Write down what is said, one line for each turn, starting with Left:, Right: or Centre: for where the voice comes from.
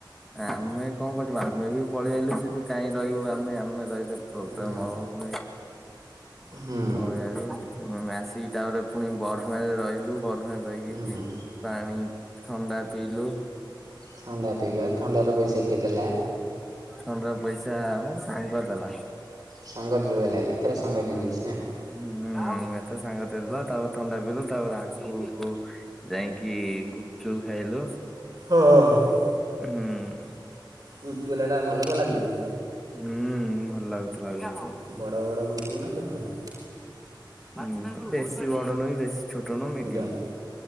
Centre: ଆମେ କଣ କରବୁ ଆମେ ବି ପଳେଇ ଆଈଲୁ ସେଠୁ କାଇଁ ରହିବୁ ଆମେ ଆମେ ରହିଲେ ପ୍ରୋବ୍ଲମ
Right: ହୁଁ
Centre: ହବ ପୁଣି।
Right: ହୁଁ
Centre: ପଲେଇ ଆଇଲୁ। ଉଁ ଆସିକି ତାରେ ଫୁଣି ବରୁହାଁରେ ରହିଲୁ ବରହାଁରେ ରହିକି
Right: ହୁଁ
Centre: ପାଣି ଥଣ୍ଡା ପିିଇଲୁ।
Right: ଥଣ୍ଡା ପିଇଲା ଥଣ୍ଡାର ପଇସା କିଏ ଦେଲା?
Centre: ଥଣ୍ଡା ର ପଇସା ମୋ ସାଙ୍ଗ ଦେଲା।
Right: ସାଙ୍ଗ ଜୁ ହେଲା ଏଥର ସାଙ୍ଗ
Centre: ହୁଁ।
Right: ଦେଇ ଦେଇଛି ନାଇଁ।
Centre: ହୁଁ ଏଥର ସାଙ୍ଗ ଦେଇ ଦେଲା ତାପରେ ଥଣ୍ଡା ପିଇଲୁ ତାପରେ ଆକୁ - କୁ ଯାଇକି ଗୁପଚୁପ୍ ଖାଇଲୁ।
Right: ହଁ।
Centre: ହୁଁ।
Right: ଗୁପଚୁପ୍ ବାଲାଟା ଭଲ ତ ଲାଗୁଚି
Centre: ହୁଁ ଭଲ ଲାଗୁଥିଲା ଆଜି ସେତେ।
Right: ବଡ଼ ବଡ଼ ବିକିବୁ ନା ଛୋଟ ଛୋଟ
Centre: ବେଶୀ ବଡ ନୁହୁ କି ବେଶୀ ଛୋଟ ନୁହୁଁ ମିଡିୟମ୍।
Right: ମିଡ଼ିୟମ୍